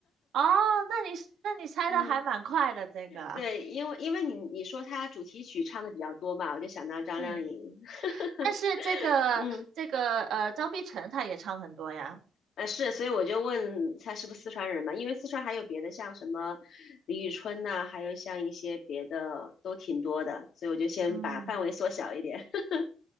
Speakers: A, on the right; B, on the left.
A: 哦，那你那你猜的还蛮快的这个啊，
B: <laughs> 嗯。对，因为因为你你说他主题曲唱的比较多嘛，我就想到张靓颖。
A: 嗯，
B: <laughs>
A: 但是这个这个呃，
B: 嗯，
A: 张碧晨她也唱很多呀，
B: 呃是，所以我就问他是不是四川人嘛，因为四川还有别的，像什么李宇春呐、还有像一些别的都挺多的，所以我就先把范围缩小一点。
A: 嗯，
B: <laughs>